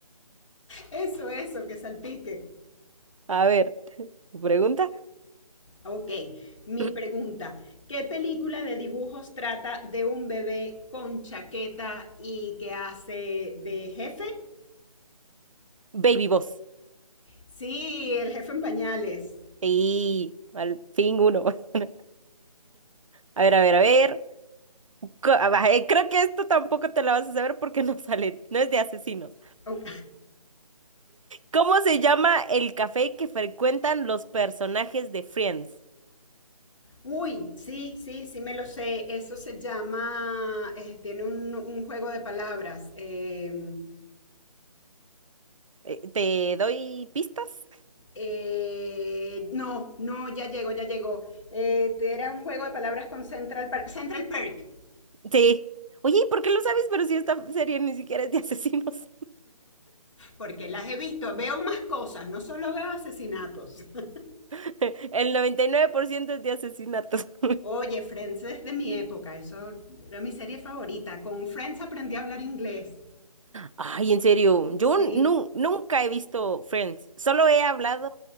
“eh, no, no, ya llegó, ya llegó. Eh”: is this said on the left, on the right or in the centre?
Left